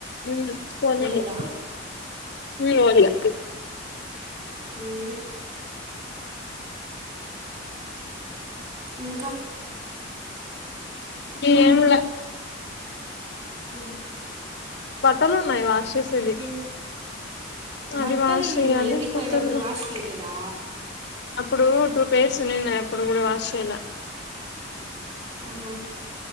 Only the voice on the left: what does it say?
హ్మ్ పోలీలు
హ్మ్ ఓలిగా
ఏం లా
బట్టలు ఉన్నాయి వాష్ చేసేది
అది
వాష్
చేయాలి
కుత్తరుగు
అప్పుడు టూ పేర్స్ ఉనినాయ్ అప్పుడు కూడా వాష్ చేయాలా